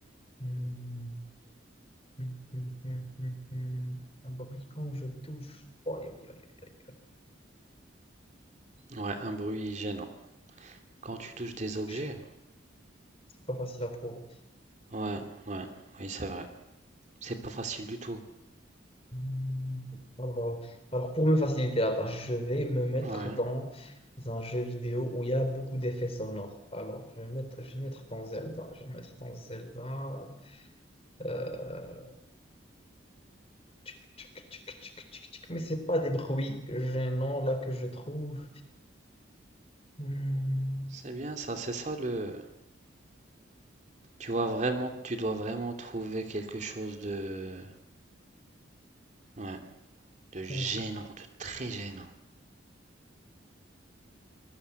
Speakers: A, on the left (about 30°); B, on the right (about 40°).
A: Hmm, hmm, hmm, hmm, hmm, hmm. Un bruit quand je touche. Oh, aïe, aïe, aïe, aïe, aïe.
B: ouais, un bruit gênant. Quand tu touches des objets,
A: Chien. C'est pas facile à trouver.
B: ouais, ouais, oui, c'est vrai. C'est pas facile du tout.
A: Hmm, Alors, alors, pour me faciliter la tâche, je vais me mettre
B: Ouais,
A: dans un jeu vidéo où il y a beaucoup d'effets sonores. Alors, je vais me mettre, je vais me mettre dans Zelda. Je vais me mettre dans Zelda. Euh... tchic, tchic, tchic, tchic, tchic, tchic. Mais c'est pas des bruits gênants là que je trouve. Hmm,
B: c'est bien ça, c'est ça le, Tu vois vraiment, tu dois vraiment trouver quelque chose de, ouais, de gênant,
A: gênants.
B: de très gênant.